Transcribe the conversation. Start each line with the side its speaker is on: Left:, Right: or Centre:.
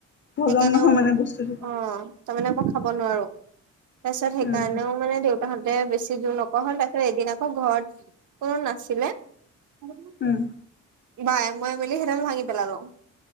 Left: হজম
Right: সেইকাণেও,
Left: নহয় মানে বস্তুটো
Right: অঁ তাৰ মানে মই খাব নোৱাৰোঁ। তা-ছত সেইকাৰণেও
Left: উম
Right: মানে দেউতাহঁতে বেছি যোৰ নকৱা হ'ল তাৰপিছত এদিন আকৌ ঘৰত কোনো নাছিলে বাই,
Left: উম
Right: মই মিলি সেইডাল ভাঙি পেলালোঁ।